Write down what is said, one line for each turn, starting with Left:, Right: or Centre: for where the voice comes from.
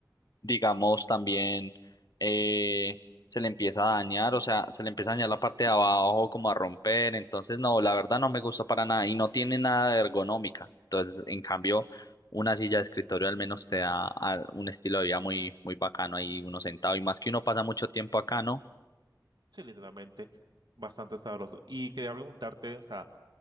Left: digamos, también eh, se le empieza a dañar, o sea, se le empieza a dañar la parte de abajo como a romper, entonces no, la verdad no me gusta para nada y no tiene nada de ergonómica, entonces en cambio una silla de escritorio al menos te da a- un estilo de vida muy, muy bacano ahí uno sentado y más que uno pasa mucho tiempo acá, ¿no?
Right: sí, literalmente, bastante sabroso. Y quería preguntarte, o sea,